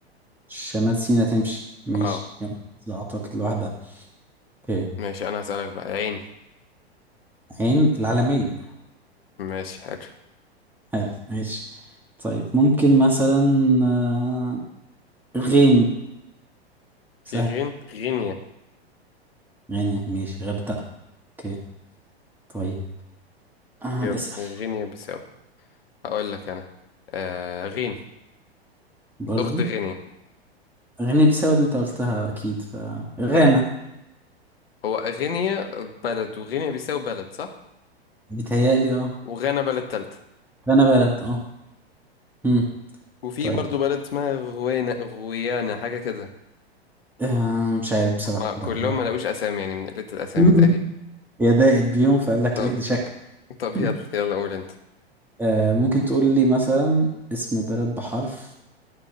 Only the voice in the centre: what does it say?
شمال سيناء تمشي ماشي
يعني أعتقد لوحدها أوكي
عين العلمين
حلو ماشي طيب ممكن مثلا آه غين
سهل
غين ماشي غردقة اوكي طيب آه
اسأل
برضو
غينيا بيساو اللي انت قلتها اكيد ف غانا
بيتهيألي اه
غانا بلد اه امم
طيب
آه مش عارف بصراحة
لا
ما اعرف
<laughs>
يا ضاقت بيهم فقال لك
ايه دي شك
<laughs>
آه ممكن تقول لي مثلا اسم بلد بحرف